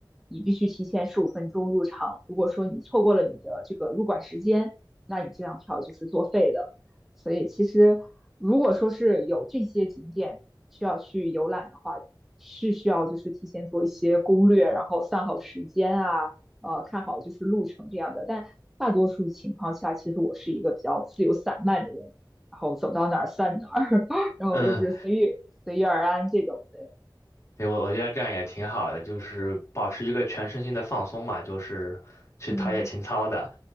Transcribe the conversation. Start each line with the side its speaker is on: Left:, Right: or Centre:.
Centre: 你必须提前十五分钟入场，如果说你错过了你的这个入馆时间，那你这张票就是作废的。所以其实如果说是有这些景点需要去游览的话，是需要就是提前做一些攻略，然后算好时间啊，呃，看好就是路程这样的。但大多数情况下，其实我是一个比较自由散漫的人，然后走到哪儿算哪儿，<laughs> 然后就是随遇随遇而安这种的。
Left: 嗯，对，我我觉得这样也挺好的，就是保持一个全身心的放松嘛，就是去陶冶情操的。
Centre: 嗯